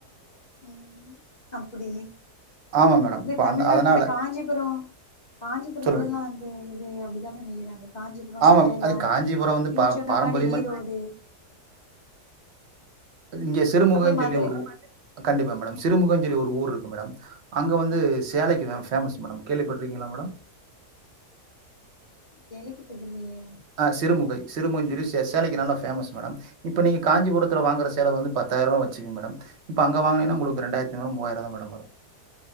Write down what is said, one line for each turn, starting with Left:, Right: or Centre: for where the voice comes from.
Left: ம் அப்டி
Right: ஆமா மேடம்
Left: இந்த
Right: இப்ப
Left: தமிழ்நாடு
Right: அந்த அதனால
Left: இந்த காஞ்சிபுரோ காஞ்சி வித்துலலா
Right: சொல்லுங்க
Left: வந்து இது அப்டிதா நெயிறாங்க காஞ்சிபுரோ
Right: ஆமா
Left: சேலோ
Right: மே- அது காஞ்சிபுரம் வந்து
Left: நீங்க
Right: பா
Left: சொன்னா
Right: பாரம்பரியமா
Left: மாதிரி ஈரோடு
Right: இங்கே சிறுமுகம்
Left: அப்றோ
Right: சொல்லி
Left: மதுரை
Right: உரு கண்டிப்பா மேடம் திருமுகஞ்சோலி ஒரு ஊர் இருக்கு மேடம் அங்க வந்து
Left: ஓகே
Right: சேலைக்கு தா ஃபேமஸ் மேடம் கேள்விப்பட்டிருகீங்களா மேடம்
Left: கேளிபட்டது இல்லயே
Right: ஆ சிறுமுகை சிறுமுகயினு சொல்லி சே சேலக்கி நல்லா பேமஸ் மேடம் இப்ப நீங்க காஞ்சிபுரத்துல வாங்கற சேலவந்து பத்தாயிரோ வச்சுங்க மேடம் இப்ப அங்க வாங்கினிங்கனா உங்களுக்கு ரெண்டாயிரத்தைநூரு மூவாயிரோ தா மேடம் வரு